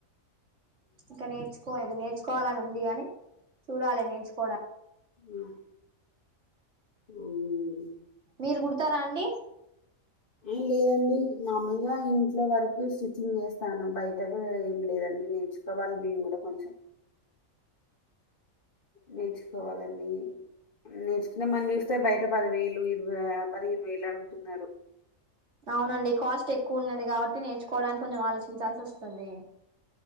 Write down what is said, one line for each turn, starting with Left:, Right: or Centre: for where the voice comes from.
Right: ఇంక నేర్చుకోలేదు నేర్చుకోవాలనుంది గాని చూడాలి నేర్చుకోవడా
Left: ఉమ్ అవునండి
Right: మీరు గుడుతరా అండి
Left: ఆ లేదండి మామలుగా ఇంట్లో వరకు స్టిచ్చింగ్ చేస్తాను బయటకు ఏం లేదండి నేర్చుకోవాలి నెంగూడ కొంచెం నేర్చుకోవాలండి నేర్చుకుందామని జూస్తే బయట పదివేలు ఇరవై పదిహేను వేలడుగుతున్నరు
Right: అవునండి కాస్ట్ ఎక్కువున్నది గాబట్టి నేర్చుకోవడానికొంచెం ఆలోచించాల్సోస్తుంది.